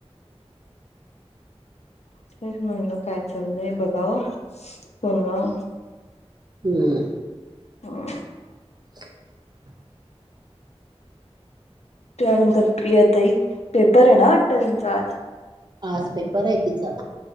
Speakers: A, on the left; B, on the right.
A: ते म्हणल काय चाललय बघाव फोन लावून.
B: हम्म
A: हम्म
B: <inaudible>
A: त्यानंतर प्रियाताई पेपर आहे ना त्यांचा आज.
B: आज पेपर आहे तिचा.